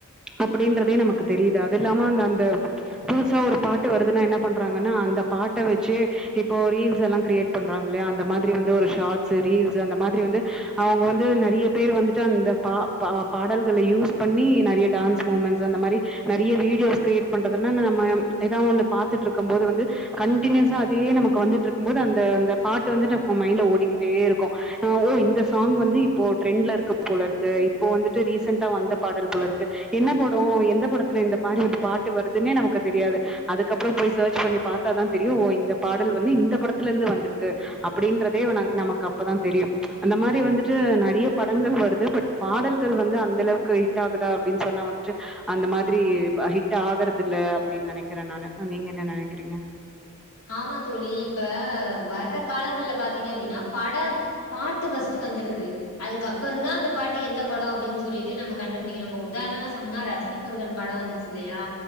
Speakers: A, in the centre; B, on the left (about 80°).
A: அப்டின்றதே நமக்கு தெரியுது அது இல்லாம அந்த அந்த புதுசா ஒரு பாட்டு வருதுன்னா என்ன பண்றாங்கன்னா அந்த பாட் ட வச்சு இப்போ ரீல்ஸ் எல்லா கிரியேட் பண்றாங்களையா அந்த மாதிரி வந்து ஒரு ஷார்ட்ஸ் ரீல்ஸ் அந்த மாதிரி வந்து அவுங்க வந்து நறைய பேர் வந்து ட்டு அந்த பா பா பாடல்கள்ல யூஸ் பண்ணி நிறைய டான்ஸ் மூமெண்ட்ஸ் அந்த மாரி நறைய வீடியோஸ் கிரியேட் பண்றதுன்னா நம்ம எதோ ஒண்ணு பாத்துட்டு இருக்கும்போது வந்து கண்டினியூஸா அதே நமக்கு வந்துட்டு இருக்கும்போது அந்த அந்த பாட்டு வந்து ந மைண்டல ஓடிக்கிட்டே இருக்கு ஆ ஓ இந்த சாங் வந்து இப்போ ட்ரெண்ட்ல இருக்கு போலருக்கு இப்போ வந்துட்டு ரீசெண்டா வந்த பாடல் போலருக்கு என்ன படடோ எந்த படத்துல இந்த பாடல் பாட்டு வருதுன்னே நமக்கு தெரியாது அதுக்கப்புற போய் சர்ச் பண்ணி பாத்தாதா தெரியு ஓ இந்த பாடல் வந்து இந்த படத்துல இருந்து வந்திருக்கு அப்படின்றதே ந நமக்கு அப்பதா தெரியு அந்த மாரி வந்துட்டு நறைய படங்கள் வருது பட் பாடல்கள் வந்து அந்த அளவுக்கு ஹிட் ஆகுதா அப்டின்னு சொன்னா வந்துட்டு அந்த மாதிரி ஹிட் ஆகுறது இல்ல அப்டின்னு நனைக்கிறே நானு நீங்க என்ன நனைக்கிறீங்க
B: ஆமா தோழி இப்ப வர்ற காலங்கள்ல பாத்தீங்க அப்டின்னா பட பாட்டு ஃபர்ஸ்ட்டு வந்துருது அதுக்கப்புறதா அந்த பாட்டு எந்த படோ அப்டின் சொல்லிட்டு நம்ம கண்டுபிடிக்குறோ இப்ப உதாரணமா சொன்னா ரஜினி முருகன் படோ வந்துச்சு இல்லயா